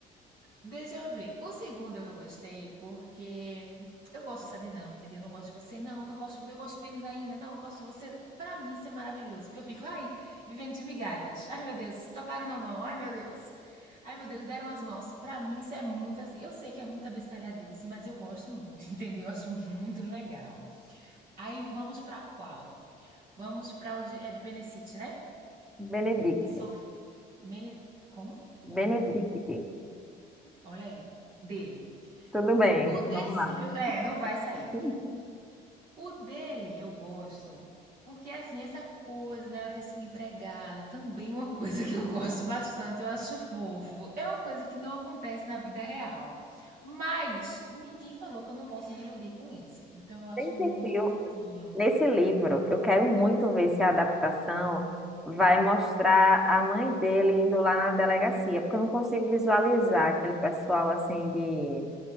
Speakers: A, on the right; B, in the centre.
A: Deixa eu ver. O segundo eu gostei porque eu gosto dessa dinâmica de eu não gosto de você, não, eu não gosto, eu gosto menos ainda, não, eu gosto de você. Pra mim isso é maravilhoso, porque eu fico, ai, vivendo de migalhas. Ai, meu Deus, tocaram na mão. Ai, meu Deus. Ai, meu Deus, deram as mãos. Pra mim isso é muito assim. Eu sei que é muita bestalhadice, mas eu gosto muito, <laughs> entendeu? Eu acho muito legal. Aí vamos pra qual? Vamos pra o de, é de Benecite, né?
B: Benedict,
A: E sou Mene... Como?
B: Benedict.
A: Olha aí. Dele.
B: Tudo bem,
A: O desse,
B: vamos lá.
A: eu- é, não vai sair.
B: <laughs>
A: O dele eu gosto, porque assim, essa coisa dela ter sido empregada também é uma coisa que eu gosto bastante, eu acho fofo. É uma coisa que não acontece na vida real. Mas ninguém falou que eu não posso me iludir com isso. Então eu acho
B: Nem
A: muito
B: sei
A: bonitinho.
B: Nesse livro, eu quero muito ver se a adaptação vai mostrar a mãe dele indo lá na delegacia, porque eu não consigo visualizar aquele pessoal assim de,